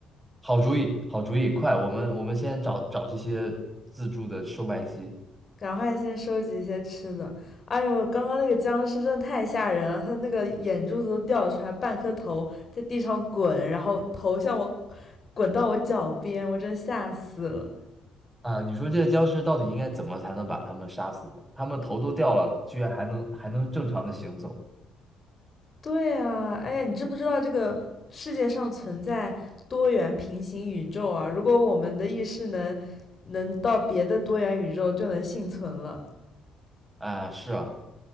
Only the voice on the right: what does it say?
好主意，好主意，快，我们我们先找找这些自助的售卖机
啊！你说这些僵尸到底应该怎么才能把他们杀死呢？他们头都掉了，居然还能还能正常的行走
啊！是啊，